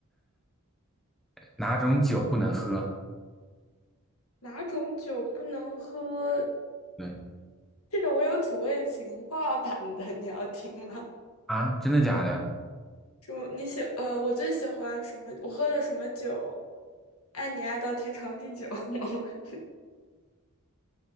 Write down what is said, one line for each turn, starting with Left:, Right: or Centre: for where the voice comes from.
Centre: 哪种酒不能喝？
Left: 哪种酒不能喝？
Centre: 对
Left: 这个我有土味情话版的，你要听吗？
Centre: 啊，真的假的？
Left: 就你喜呃，我最喜欢什么？我喝了什么酒？爱你爱到天长地久。<laughs>